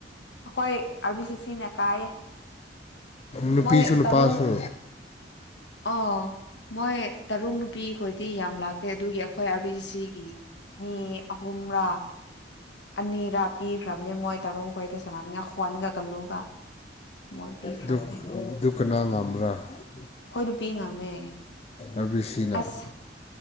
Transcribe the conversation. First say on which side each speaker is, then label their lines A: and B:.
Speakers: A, on the left; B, on the left.
A: ꯑꯩꯈꯣꯏ ꯑꯥꯔ ꯕꯤ ꯁꯤ ꯁꯤꯅ ꯀꯥꯏꯌꯦ
B: ꯅꯨꯄꯤꯁꯨ
A: ꯃꯣꯏ
B: ꯅꯨꯄꯥꯁꯨ
A: ꯇꯔꯨꯡ ꯑꯥ ꯃꯣꯏ ꯇꯔꯨꯛ ꯅꯨꯄꯤ ꯈꯣꯏꯗꯤ ꯌꯥꯝ ꯂꯥꯛꯇꯦ ꯑꯗꯨꯒꯤ ꯑꯩꯈꯣꯏ ꯑꯥꯔꯕꯤꯁꯤꯒꯤ ꯃꯤ ꯑꯍꯨꯝꯔꯥ ꯑꯅꯤꯔꯥ ꯄꯤꯈ꯭ꯔꯕꯅꯤ ꯃꯣꯏ ꯇꯔꯨ ꯈꯣꯏꯗ ꯁꯅꯥꯟꯒ ꯍ꯭ꯋꯥꯟꯒ ꯀꯥꯜꯂꯨꯒ ꯃꯣꯏ ꯄꯤꯈ꯭ꯔꯕꯅꯦ
B: ꯑꯗꯨ ꯀꯅꯥ ꯉꯝꯕ꯭ꯔꯥ ꯑꯥꯔ
A: ꯍꯣꯏꯗꯨ ꯄꯤ ꯉꯝꯃꯦ
B: ꯑꯦ ꯁꯤꯅ
A: ꯑꯁ